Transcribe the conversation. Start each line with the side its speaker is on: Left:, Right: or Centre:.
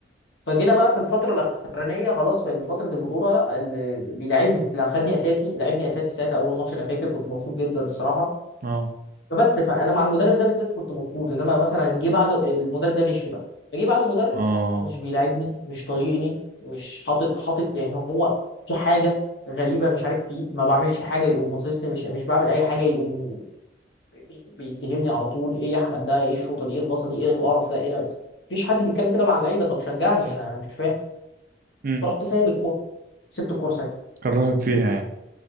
Left: فجينا بقى في الفتره الاخرانيه خلاص في فتره البطوله لا اللي بيلعبني لا خدني اساسي لعبني اساسي ساعتها اول ماتش انا فاكر كنت مبسوط جدا الصراحه
Right: اه
Left: فبس فانا مع المدرب ده بالذات كنت مبسوط انما مثلا جه بعده المدرب ده مشي بقى جه بعده مدرب
Right: اه
Left: مش بيلاعبني مش طايقني مش حاطط حاطط يعني هو في حاجه غريبه مش عارف فيه ما بعملش حاجه يقوم باصصني مش مش بعمل اي حاجه يقوم بي- بيتهمني على طول ايه يا احمد ده ايه الشوطه دي ايه الباصه دي ايه القرف ده ايه ده؟ مفيش حد بيتكلم كده مع اللعيبه طب شجعني انا مش فاهم
Right: اه
Left: فرحت سايب الكوره سبت الكوره ساعتها
Right: كرهك فيها يعني